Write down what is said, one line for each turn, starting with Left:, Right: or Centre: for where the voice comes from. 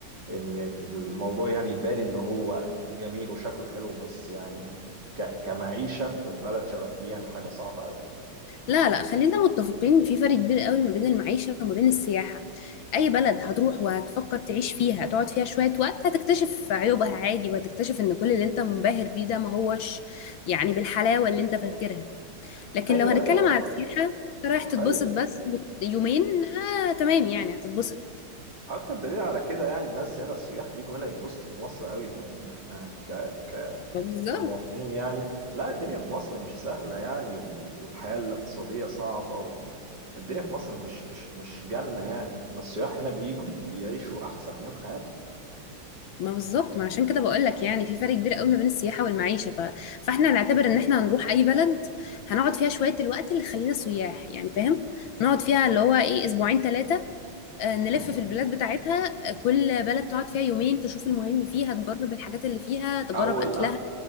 Right: ان الموضوع يعني يبان ان هو جميل وشكله حلو بس يعني ك- كمعيشه في بلد شبه دي يعني حاجه صعبه قوي
Left: لا لا خلينا متفقين إن في فرق كبير قوي ما بين المعيشة وما بين السياحة أي بلد هتروح وهتفكر تعيش فيها هتقعد فيها شوية وقت هتكتشف عيوبها عادي وهتكتشف إن كل اللي أنت منبهر بيه ده ما هوش يعني بالحلاوة اللي أنت فاكرها لكن
Right: ايوه
Left: لو هنتكلم
Right: ايوه
Left: على
Right: خ-
Left: السياحة أنت رايح تتبسط
Right: خير
Left: بس يومين آه تمام يعني هتتبسط
Right: اكتر دليل على كده يعني الناس هنا السياح بيجوا هنا يتبسطوا في مصر قوي مع ان احنا ك... ك...
Left: بالظبط
Right: كمواطنين يعني لا الدنيا في مصر مش سهله يعني والحياه الاقتصاديه صعبه الدنيا في مصر مش مش مش جنة يعني اما السياح هنا بيجوا بيعيشوا أحسن أيام حياتهم
Left: ما بالظبط ما عشان كده بقول لك يعني في فرق كبير قوي ما بين السياحه والمعيشه ف... فاحنا هنعتبر ان احنا هنروح اي بلد هنقعد فيها شويه الوقت اللي خلينا سياح يعني فاهم نقعد فيها اللي هو ايه اسبوعين ثلاثه نلف
Right: مهم.
Left: في البلاد بتاعتها آه، كل بلد تقعد فيها يومين تشوف المهم فيها تجرب الحاجات اللي فيها تجرب
Right: أول
Left: اكلها
Right: أ-